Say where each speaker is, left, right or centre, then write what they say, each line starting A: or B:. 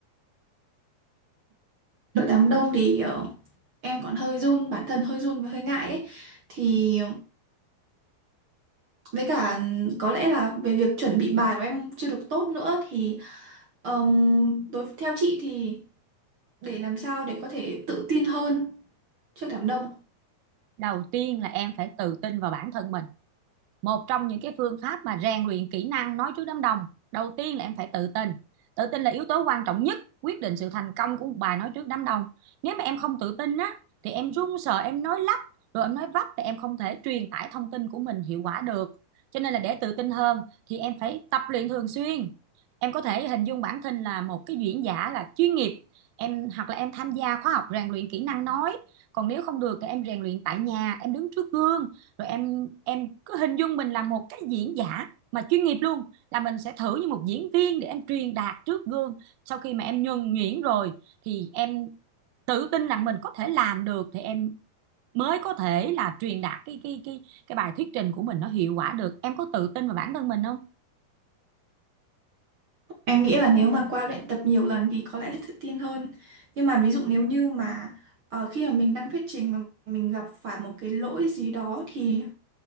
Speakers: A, on the right; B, on the right.
A: Trước đám đông thì ờ, em còn hơi run bản thân hơi run và hơi ngại ấy thì với cả có lẽ là về việc chuẩn bị bài của em chưa được tốt nữa thì ừm, đối theo chị thì để làm sao để có thể tự tin hơn trước đám đông
B: đầu tiên là em phải tự tin vào bản thân mình một trong những cái phương pháp mà rèn luyện kỹ năng nói trước đám đông đầu tiên là em phải tự tin tự tin là yếu tố quan trọng nhất quyết định sự thành công của một bài nói trước đám đông nếu mà em không tự tin á thì em run sợ em nói lắp rồi em nói vấp thì em không thể truyền tải thông tin của mình hiệu quả được cho nên là để tự tin hơn thì em phải tập luyện thường xuyên em có thể hình dung bản thân là một cái diễn giả là chuyên nghiệp em hoặc là em tham gia khóa học rèn luyện kỹ năng nói còn nếu không được thì em rèn luyện tại nhà em đứng trước gương rồi em em cứ hình dung mình là một cái diễn giả mà chuyên nghiệp luôn là mình sẽ thử như một diễn viên để em truyền đạt trước gương sau khi mà em nhuần nhuyễn rồi thì em tự tin rằng mình có thể làm được thì em mới có thể là truyền đạt cái cái cái cái bài thuyết trình của mình nó hiệu quả được em có tự tin vào bản thân mình không
A: em nghĩ là nếu mà qua luyện tập nhiều lần thì có lẽ sẽ tự tin hơn nhưng mà ví dụ nếu như mà ờ, khi mà mình đang thuyết trình mà mình gặp phải một cái lỗi gì đó thì